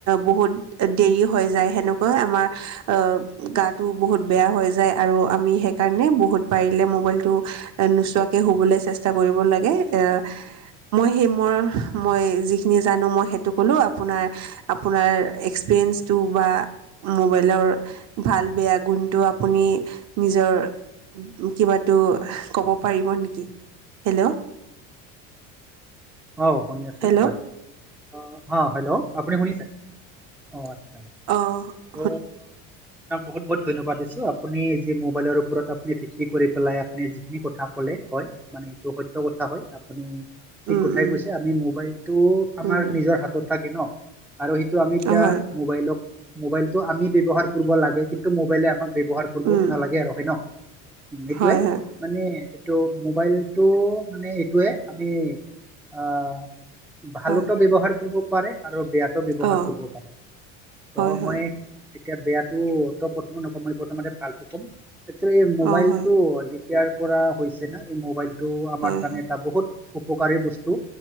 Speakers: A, on the right (about 50°); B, in the centre.
A: বহুত দেৰি হৈ যায় <unintelligible> শ এ <unintelligible> মই সেই মই মই যিখিনি জানো মই হেতু কলু আপোনাৰ আপোনাৰ পেন্টোু বা মোবাইলৰ ভাল বেয়া গুণটো আপুনি নিজৰ কিবাটো ক'ব পাৰিব নেকি হেল্ল'
B: আহ শুনি আছো
A: হেল্ল'
B: হয় অ হেল্ল' আপুনি শুনিছে
A: আহ
B: অ আচ্ছা ত' তাক বহুত বহুত ধন্যবাদ দিছে আপুনি যি মোবাইলৰ ওপৰত আপুনি ভিত্তি কৰি পেলাই আপুনি যিখিনি কথা ক'লে হয় মানে এইটো সত্য কথা হয় আপুনি ঠিক
A: উম
B: কথাই
A: উম
B: কৈছে আমি মোবাইলটো আমাৰ
A: উম
B: নিজৰ হাতত থাকে ন আৰু সেইটো আমি এতিয়া
A: হয়
B: আৰু আমি মোবাইলক মোবাইলতটো আমি ব্যৱহাৰ কৰিব লাগে কিন্তু মোবাইলে আমাক ব্যৱহাৰ কৰিব
A: উম
B: নালাগে আৰু হয় ন সেইটোয়ে
A: হয় হয়
B: মানে এইটো মোবাইলটো মানে এইটোৱে আমি আহ ভালতো
A: হয়
B: ব্যৱহাৰ কৰিব পাৰে আৰু বেয়াতো ব্যৱহাৰ
A: অঁ
B: কৰিব পাৰে
A: হয়
B: ত
A: হয়
B: মই তেতিয়া বেয়াতো তই বৰ্তমান নকম প্ৰত ভালো কম এই মোবাইলটো
A: অঁ হয়
B: এতিয়াৰ পৰা হৈছে না এই মোবাইলটো আমাৰ
A: হয়
B: কাৰণে
A: হয়
B: এটা বহুত উপকাৰী বস্তু